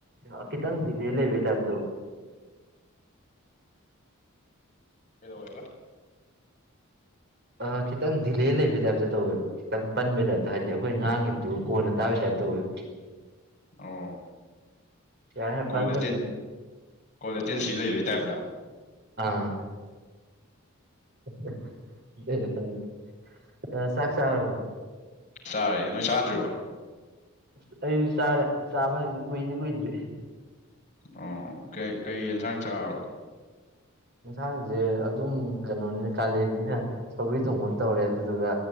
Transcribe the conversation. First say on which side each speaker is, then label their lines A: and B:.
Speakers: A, on the right; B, on the left.
A: ꯑ ꯈꯤꯇꯪ ꯊꯤꯇꯦꯜ ꯂꯩꯕꯩ ꯇꯥꯏꯞꯇ ꯇꯧꯋꯤ
B: ꯀꯩꯗꯧꯋꯦꯕ
A: ꯑ ꯈꯤꯇꯪ ꯗꯤꯂꯦ ꯂꯩꯕꯩ ꯇꯥꯏꯞꯇ ꯇꯧꯋꯦꯕ ꯈꯤꯇꯪ ꯄꯟꯕꯩ ꯇꯥꯏꯞꯇ ꯍꯥꯏꯗꯤ ꯑꯩꯈꯣꯏ ꯉꯥꯡꯈꯤꯕꯗꯨꯒ ꯀꯣꯟꯅ ꯇꯥꯕꯩ ꯇꯥꯏꯞ ꯇ ꯇꯧꯋꯦꯕ
B: ꯑꯣ
A: ꯌꯥꯔꯦ ꯌꯥꯔꯦ
B: ꯀꯣꯜꯂꯦꯇꯤꯟ
A: ꯐꯖꯅ ꯇꯠꯅ
B: ꯀꯣꯜꯂꯦꯇꯤꯟ ꯁꯤ ꯂꯩꯕꯩ ꯇꯥꯏꯞꯂ
A: ꯑꯥ ꯍ ꯑꯗꯨꯏꯔꯥ ꯈꯪꯗꯦ ꯑ ꯆꯥꯛ ꯆꯥꯔꯕꯣ ꯕ꯭ꯔꯣ
B: ꯆꯥꯔꯦ ꯅꯣꯏ ꯆꯥꯗ꯭ꯔꯤꯕꯣ
A: ꯑꯁ ꯑꯩꯁꯨ ꯆꯥꯔꯦ ꯆꯥꯕ ꯍꯥꯏꯖꯦ ꯀꯨꯏꯗꯤ ꯀꯨꯏꯗ꯭ꯔꯤ
B: ꯑꯣ ꯀꯩ ꯀꯩ ꯌꯦꯟꯁꯥꯡ ꯆꯥꯕ
A: ꯌꯦꯟꯁꯥꯡꯖꯦ ꯑꯗꯨꯝ ꯀꯩꯅꯣꯅꯤꯅ ꯀꯥꯂꯦꯟꯅꯤꯅ ꯁꯧꯒ꯭ꯔꯤ ꯊꯣꯡꯕ ꯑꯃ ꯇꯧꯔꯦ ꯑꯗꯨꯗꯨꯒ